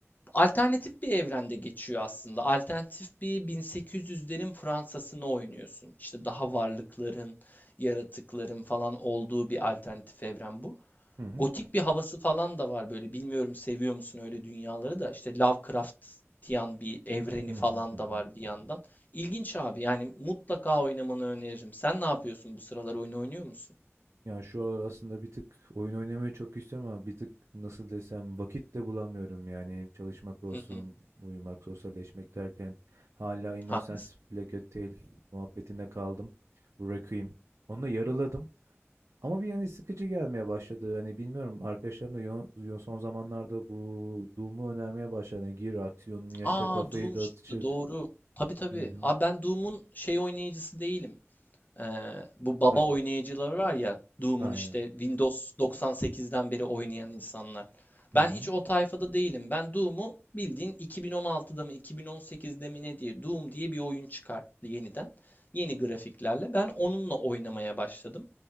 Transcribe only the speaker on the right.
Hı hı.
Hı hı.
Hı hı.
Hı
Yani, şu aralar aslında bir tık oyun oynamayı çok istiyorum ama bir tık, nasıl desem, vakit de bulamıyorum. Yani, çalışmak olsun,
uyumak, sosyalleşmek derken hala Innocence
Black hotel muhabbetinde kaldım. Bu Requiem. Onu yarıladım. Ama bir yani sıkıcı gelmeye başladı. Hani bilmiyorum arkadaşlarım da yo- yo- son zamanlarda bu Doom'u önermeye başladı. Hani gir aksiyonunu yaşa
kafayı
dağıt
çık.
Hı hı.
Aktif.
Aynen.
Hı
hı.